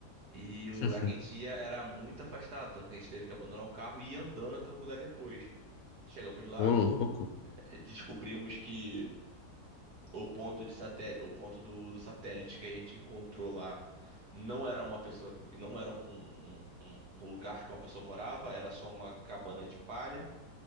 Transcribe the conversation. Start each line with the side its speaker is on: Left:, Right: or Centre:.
Right: E o
Left: <laughs>
Right: lugar que a gente ia era muito afastado, tanto que a gente teve que abandonar o carro e ir andando até o lugar depois. Chegamos lá
Left: Ô, louco.
Right: descobrimos que o ponto de satélite, o ponto do, do satélite que a gente encontrou lá não era uma pessoa, que não era um, um, um um lugar que uma pessoa morava, era só uma cabana de palha